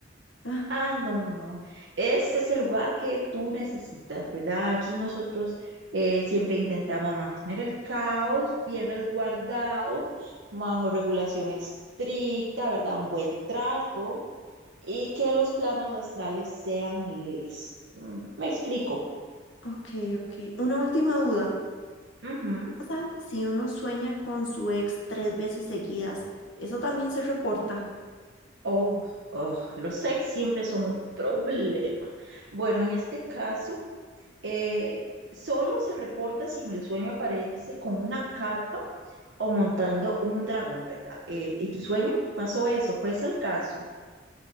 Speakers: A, on the left; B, on the right.
A: Ah,
B: Ah, no, no, no. Este es el lugar que tú necesitas, ¿verdad? Aquí nosotros eh, siempre intentamos mantener el caos bien resguardado, bajo regulación estricta, ¿verdad? Un buen trato y que los planos astrales sean leves. Mm, Me explico.
A: ok, ok. Una última duda.
B: Ujú.
A: ¿Qué pasa si uno sueña con su ex tres veces seguidas? Eso también se reporta.
B: Oh, oh, los ex siempre son un problema. Bueno, en este caso. eh, solo se reporta si en el sueño aparece con una capa o montando un dragón, ¿verdad? Eh, ¿y tu sueño pasó eso? ¿Fue ese el caso?